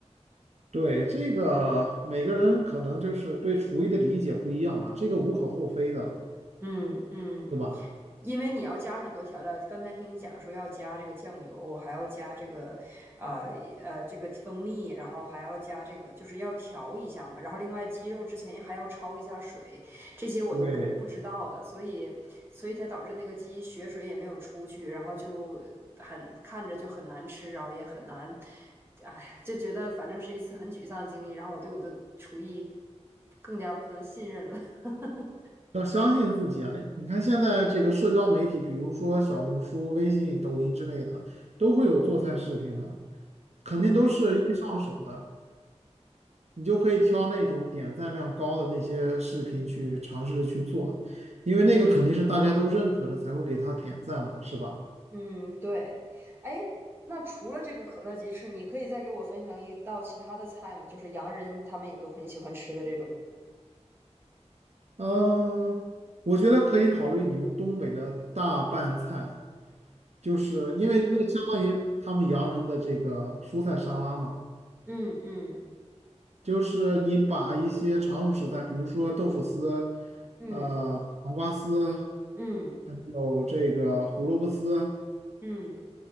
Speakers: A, on the right (about 70°); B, on the right (about 20°).
A: 对，这个每个人可能就是对厨艺的理解不一样嘛，这个无可厚非的，
B: 嗯嗯。
A: 对吧？
B: 因为你要加很多调料，刚才听你讲说要加这个酱油，还要加这个，呃呃，这个蜂蜜，然后还要加这个，就是要调一下嘛。然后另外鸡肉之前还要焯一下水，这些我都不不知道的，
A: 对，
B: 所以所以才导致那个鸡血水也没有出去，然后就很看着就很难吃，然后也很难，哎，就觉得反正是一次很沮丧的经历，然后我对我的厨艺更加不能信任了。<laughs>
A: 要相信自己啊！你看现在这个社交媒体，比如说小红书、微信、抖音之类的，都会有做菜视频的，肯定都是易上手的，
B: 嗯。
A: 你就可以挑那种点赞量高的那些视频去尝试着去做，因为那个肯定是大家都认可的，才会给他点赞嘛，是吧？
B: 嗯，对。哎，那除了这个可乐鸡翅，你可以再给我分享一道其他的菜吗？就是洋人他们也都很喜欢吃的这种。
A: 嗯、我觉得可以考虑你们东北的大拌菜。就是因为那相当于他们洋人的这个蔬菜沙拉嘛，
B: 嗯嗯
A: 就是你把一些常用食材，比如说豆腐丝、
B: 嗯
A: 呃黄瓜丝，
B: 嗯
A: 还有这个胡萝卜丝，
B: 嗯